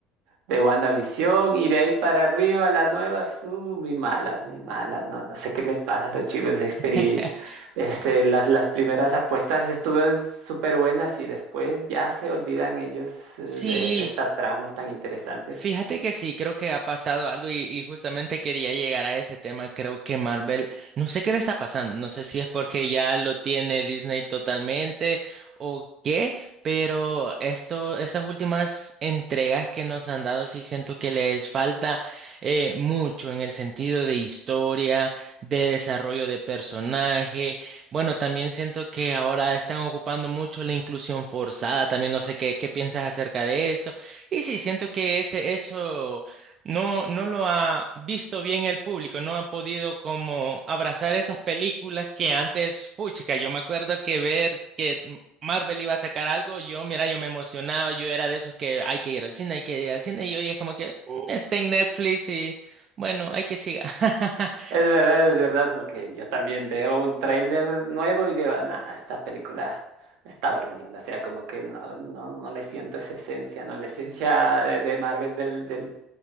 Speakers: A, on the right; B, on the right.
A: de WandaVision y de ahí para arriba las nuevas, uh, muy malas, muy malas, no, no sé qué les pasa a los chicos de Xperi.
B: <laughs>
A: Este, las, las primeras apuestas estuvieron súper buenas y después ya se olvidan ellos eh,
B: Sí.
A: de, de estas tramas tan interesantes.
B: Fíjate que sí, creo que ha pasado algo y, y justamente quería llegar a ese tema. Creo que Marvel, no sé qué le está pasando, no sé si es porque ya lo tiene Disney totalmente o qué, pero esto, estas últimas entregas que nos han dado sí siento que les falta eh, mucho en el sentido de historia, de desarrollo de personaje. Bueno, también siento que ahora están ocupando mucho la inclusión forzada. También no sé qué, qué piensas acerca de eso y sí, siento que ese, eso no, no lo ha visto bien el público, no ha podido como abrazar esas películas que antes, puchica, yo me acuerdo que ver que M- Marvel iba a sacar algo, yo, mira, yo me emocionaba, yo era de esos que hay que ir al cine, hay que ir al cine, y hoy es como que "Mm, está en Netflix y bueno, hay que siga. <laughs>
A: Es verdad, es verdad, porque yo también veo un tráiler nuevo y digo, "Nah, esta película está horrible. O sea, como que no, no, no le siento esa esencia, ¿no? La esencia de de Marvel del, del